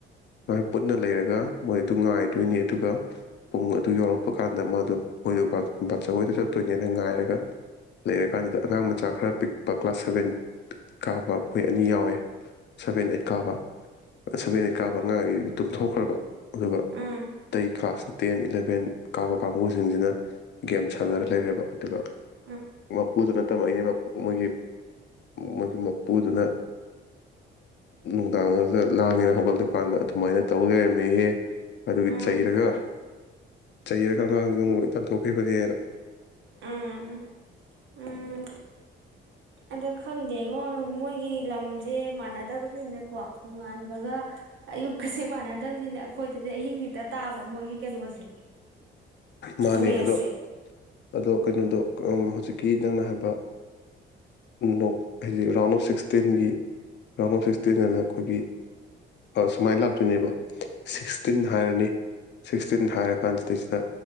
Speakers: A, on the left; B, on the right.
A: ꯃꯥ ꯄꯨꯟꯅ ꯂꯩꯔꯒ ꯃꯣꯏ ꯑꯗꯨ ꯉꯥꯏꯗꯣꯏꯅꯤ ꯑꯗꯨꯒ ꯄꯨꯡ ꯑꯗꯨ ꯌꯧꯔꯛꯄ ꯀꯥꯟꯗ ꯃꯥꯗꯣ ꯃꯣꯏꯗ ꯕꯥ ꯕꯥꯆꯧ ꯍꯣꯏꯗ ꯆꯠꯇꯣꯏꯅꯦꯅ ꯉꯥꯏꯔꯒ ꯂꯩꯔꯀꯥꯟꯁꯤꯗ ꯑꯉꯥꯡ ꯃꯆꯥ ꯈꯔ ꯄꯤꯛꯄ ꯀ꯭ꯂꯥꯁ ꯁꯚꯦꯟ ꯀꯥꯕ ꯃꯣꯏ ꯑꯅꯤ ꯌꯥꯎꯋꯦ ꯁꯚꯦꯟ ꯑꯩꯠ ꯀꯥꯕ ꯁꯚꯦꯟ ꯀꯥꯕ ꯑꯉꯥꯡ ꯑꯅꯤꯗꯨꯗꯤ ꯇꯨꯝꯊꯣꯛꯈ꯭ꯔꯕ ꯑꯗꯨꯒ
B: ꯎꯝ,
A: ꯑꯇꯩ ꯀ꯭ꯂꯥꯁ ꯇꯦꯟ ꯏꯂꯥ ꯚꯦꯟ ꯀꯥꯕ ꯀꯥꯡꯒꯨꯁꯤꯡꯁꯤꯅ ꯒꯦꯝ ꯁꯥꯟꯅꯔ ꯂꯩꯔꯦꯕ ꯑꯗꯨꯒ
B: ꯎꯝ,
A: ꯃꯄꯨꯗꯨꯅ ꯇꯝꯃꯛꯏꯅꯦ ꯃꯣꯏꯒꯤ ꯃꯣꯏꯒꯤ ꯃꯄꯨꯗꯨꯅ ꯅꯨꯡꯗꯥꯡꯗ ꯂꯥꯡꯉꯦꯅ ꯍꯧꯒꯠꯂꯄꯀꯥꯟꯗ ꯑꯗꯨꯃꯥꯏꯅ ꯇꯧ ꯂꯩꯔꯝꯃꯦꯍꯦ ꯑꯗꯨꯒꯤ
B: ꯎꯝ,
A: ꯆꯩꯔꯒ ꯆꯩꯔꯒ ꯑꯉꯥꯡꯗꯨ ꯑꯃꯨꯛ ꯂꯣꯏ ꯐꯨꯔꯔ
B: ꯎꯝ ꯎꯝ ꯑꯗ ꯈꯪꯗꯦꯉꯣ ꯃꯣꯏꯒꯤ ꯂꯝꯁꯦ ꯃꯥꯟꯅꯗꯕꯅꯤꯅꯀꯣ ꯅꯣꯡꯉꯥꯟꯕꯒ ꯑꯌꯨꯛꯀꯁꯦ ꯃꯥꯟꯅꯗꯕꯁꯤꯅꯦ ꯑꯩꯈꯣꯏꯗꯗꯤ ꯑꯍꯤꯡ ꯍ ꯍꯦꯛꯇ ꯇꯥꯕ ꯃꯣꯏꯒꯤ ꯀꯩꯅꯣꯁꯦ
A: ꯃꯥꯅꯦ
B: ꯃꯦꯁꯁꯦ
A: ꯑꯗꯣ ꯑꯗꯣ ꯀꯩꯅꯣꯗꯣ ꯍꯧꯖꯤꯛꯀꯤ ꯅꯪꯅ ꯍꯥꯏꯕ ꯅꯣꯛ ꯍꯥꯏꯗꯤ ꯔꯥꯎꯟ ꯑꯣꯐ ꯁꯤꯛꯁꯇꯤꯟꯒꯤ ꯔꯥꯎꯟ ꯑꯣꯐ ꯁꯤꯛ ꯇꯤꯟ ꯑꯅ ꯑꯩꯈꯣꯏꯒꯤ ꯁꯨꯃꯥꯏꯅ ꯂꯥꯛꯇꯣꯏꯅꯦꯕ ꯁꯤꯛꯁꯇꯤꯟ ꯍꯥꯏꯔꯅꯤ ꯁꯤꯛꯁꯇꯤꯟ ꯍꯥꯏꯔꯀꯥꯟꯁꯤꯗꯩꯁꯤꯗ